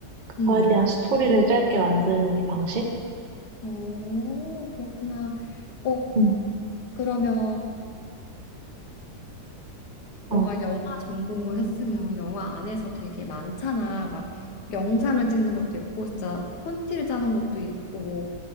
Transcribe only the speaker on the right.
그거에
대한 스토리를 짧게 만드는 방식?
음,
어,